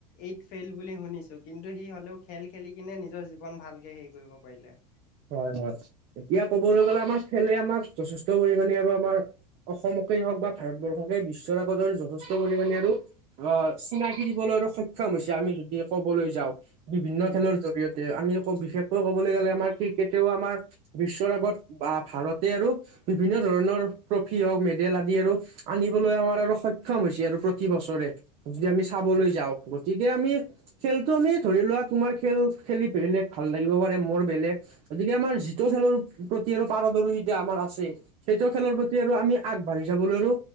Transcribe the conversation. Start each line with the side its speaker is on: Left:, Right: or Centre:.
Left: এইট ফেইল বুলি শুনি ছো। কিন্তু সি হ'লেও খেল খেলি কিনে নিজৰ জীৱন ভালকে হেৰি কৰিব পাৰিলে।
Right: হয়- হয়, এতিয়া ক'বলৈ গ'লে আমাৰ খেলে আমাক যথেষ্ট পৰিমাণে আৰু আমাৰ অসমকেই হওক বা ভাৰতবৰ্ষকে বিশ্বৰ আগত আৰু যথেষ্ট পৰিমাণে আৰু অ, চিনাকি দিবলৈ সক্ষম হৈছে। আমি যদি ক'বলৈ যাওঁ বিভিন্ন
Left: উম
Right: খেলৰ জৰিয়তে আমি বিশেষকৈ ক'বলৈ গ'লে আমাৰ ক্ৰিকেটেও আমাৰ বিশ্বৰ আগত বা ভাৰতে আৰু বিভিন্ন ধৰণৰ ট্ৰফি হওঁক, মেডেল আদি আৰু আনিবলৈ আমাৰ আৰু সক্ষম হৈছে আৰু প্ৰতি বছৰে। যদি আমি চাবলৈ
Left: উম
Right: যাওঁ। গতিকে আমি খেলটো আমি ধৰি লোৱা, তোমাৰ খেল খেলি বেলেগ ভাল লাগিব পাৰে। মোৰ বেলেগ গতিকে আমাৰ যিটো খেলৰ প্ৰতি আৰু পাৰদৰ্শিতা আমাৰ আছে। সেইটো খেলৰ প্ৰতি আৰু আমি আগবাঢ়ি যাবলৈ আৰু